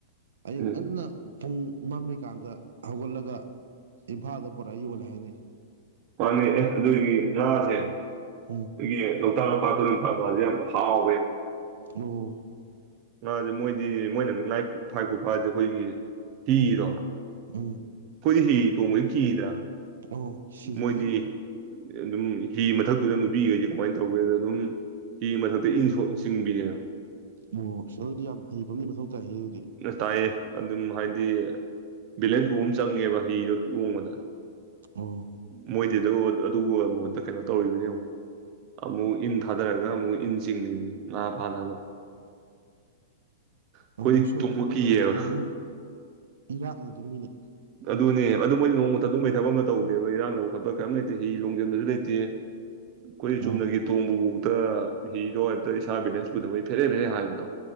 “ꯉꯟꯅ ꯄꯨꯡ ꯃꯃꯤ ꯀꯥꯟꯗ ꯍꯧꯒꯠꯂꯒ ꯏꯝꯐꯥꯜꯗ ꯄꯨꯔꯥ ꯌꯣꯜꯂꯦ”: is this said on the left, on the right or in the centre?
Right